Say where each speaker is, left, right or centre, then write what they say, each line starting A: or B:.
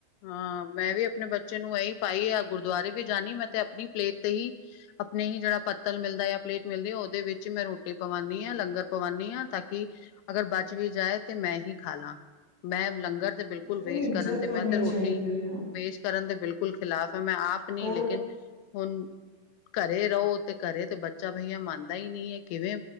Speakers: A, on the left; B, on the left.
A: ਹਾਂ ਮੈਂ ਵੀ ਆਪਣੇ ਬੱਚੇ ਨੂੰ ਇਹੀ ਪਾਈ ਆ ਗੁਰਦੁਆਰੇ ਵੀ ਜਾਣੀ ਮੈਂ ਤੇ ਆਪਣੀ ਪਲੇਟ ਤੇ ਹੀ ਆਪਣੇ ਹੀ ਜਿਹੜਾ ਪੱਤਲ ਮਿਲਦਾ ਜਾਂ ਪਲੇਟ ਮਿਲਦੀ ਉਹਦੇ ਵਿੱਚ ਮੈਂ ਰੋਟੀ ਪਵਾਉਂਦੀ ਹਾਂ ਲੰਗਰ ਪਵਾਉਂਦੀ ਹਾਂ ਤਾਂ ਕਿ। ਅਗਰ ਬਚ ਵੀ ਜਾਏ ਤੇ ਮੈਂ ਹੀ। ਖਾ ਲਾ ਮੈਂ ਲੰਗਰ ਤੇ ਬਿਲਕੁਲ
B: ਨਹੀਂ
A: ਵੇਸਟ
B: ਇੱਜ਼ਤ
A: ਕਰਨ ਤੇ
B: ਕਰਨੀ
A: ਮੈਂ ਤੇ ਰੋਟੀ।
B: ਚਾਹੀਦੀ ਹੈ
A: ਵੇਸਟ ਕਰਨ ਦੇ ਬਿਲਕੁਲ ਖਿਲਾਫ਼ ਹੈ ਮੈਂ ਆਪ ਨਹੀਂ
B: ਉਹ
A: ਲੇਕਿਨ ਹੁਣ। ਘਰੇ ਰਹੋ ਤੇ ਘਰੇ ਤੇ ਬੱਚਾ ਬਈਆ ਮੰਨਦਾ ਹੀ ਨਹੀ ਹੈ ਕਿਵੇਂ